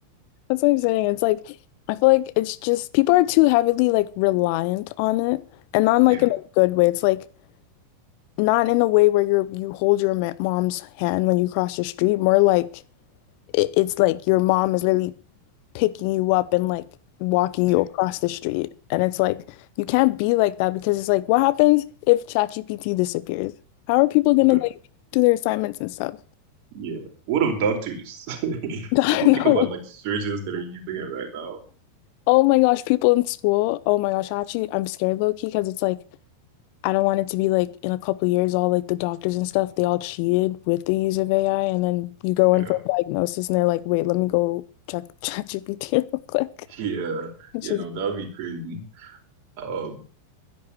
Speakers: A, on the left (about 45°); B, on the right (about 45°).
A: that's what I'm saying. It's like I feel like it's just people are too heavily like reliant on it, and not in, like
B: yeah,
A: in a good way. It's like not in a way where you're you hold your ma- mom's hand when you cross the street, more like it, it's like your mom is literally picking you up and like walking
B: taking
A: you across
B: it.
A: the street. And it's like you can't be like that because it's like what happens if ChatGPT disappears? How are people
B: Right.
A: gonna like do their assignments and stuff?
B: Yeah. What of doctors? <laughs> Would
A: <laughs>
B: you
A: No.
B: think about like surgeons that are using it right now?
A: Oh my gosh, people in school. Oh my gosh, actually, I'm scared low key because it's like I don't want it to be like in a couple years, all like the doctors and stuff, they all cheated with the use of AI. And then you go
B: Yeah.
A: in for a diagnosis and they're like, wait, let me go check <laughs> ChatGPT real quick.
B: Yeah.
A: Which
B: Yeah,
A: is
B: no, that would be crazy. Um